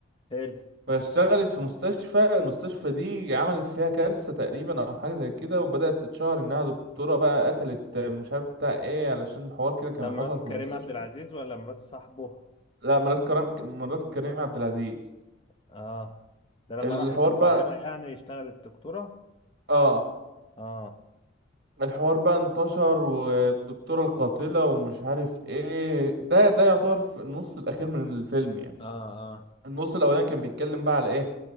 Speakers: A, on the left (about 25°); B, on the right (about 55°).
A: حلو
B: فاشتغلت في مستشفى المستشفى دي عملت فيها كارثه تقريبا او حاجه زي كده وبدات تتشهر انها دكتوره بقى قتلت آه، مش عارف بتاع ايه علشان حوار كده كان
A: ده مرات
B: حصل في المستشفى
A: كريم عبد العزيز ولا مرات صاحبه
B: لا مرات كريم مرات كريم عبد العزيز
A: اه ده لما
B: الحوار
A: راحت القاهرة
B: بقى
A: يعني اشتغلت دكتورة
B: اه
A: اه
B: الحوار بقى انتشر والدكتورة القاتلة ومش عارف ايه ده ده يعتبر في النص الأخير من الفيلم يعني
A: اه اه
B: النص الأولاني كان بيتكلم بقى على ايه